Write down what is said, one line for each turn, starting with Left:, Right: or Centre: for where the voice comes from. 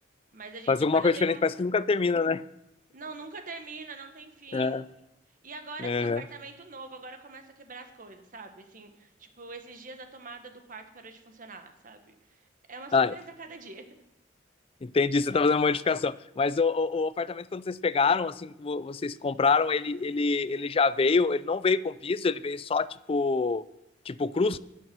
Right: Mas a gente,
Left: Faz
Right: depois
Left: alguma coisa
Right: eu tenho.
Left: diferente,
Right: um-
Left: parece que nunca termina, né?
Right: Não, nunca termina, não tem fim.
Left: É.
Right: E agora, assim,
Left: É.
Right: apartamento novo, agora começa a quebrar as coisas, sabe? Assim, tipo, esses dias a tomada do quarto parou de funcionar, sabe? É uma surpresa
Left: Ah,
Right: a cada dia.
Left: entendi, você tá fazendo uma modificação. Mas o, o- o apartamento, quando vocês pegaram, assim, que vo- vocês compraram, ele, ele, ele já veio, ele não veio com piso, ele veio só, tipo, tipo cru,